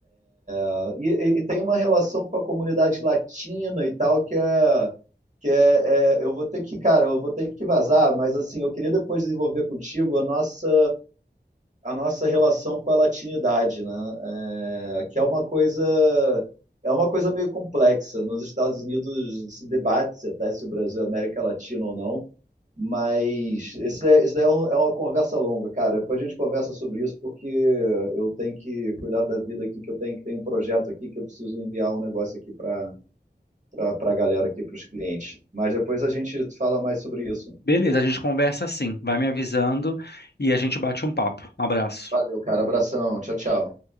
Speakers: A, on the right (about 40°); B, on the left (about 65°).
A: Ah, E, e- e tem uma relação com a comunidade latina e tal, que é. Que é, é- eu vou ter que, cara, eu vou ter que vazar, mas assim, eu queria depois desenvolver contigo a nossa, a nossa relação com a latinidade, né? É, que é uma coisa, é uma coisa meio complexa. Nos Estados Unidos se debate-se até se o Brasil é América Latina ou não. Mas isso daí, isso daí é, um- é uma conversa longa, cara. Depois a gente conversa sobre isso, porque eu tenho que cuidar da vida aqui, que eu tenho que tem um projeto aqui que eu preciso enviar um negócio aqui para para a galera aqui, para os clientes. Mas depois a gente fala mais sobre isso.
B: Beleza, a gente conversa assim, vai me avisando e a gente bate um papo. Um abraço.
A: Valeu, cara. Abração. Tchau, tchau.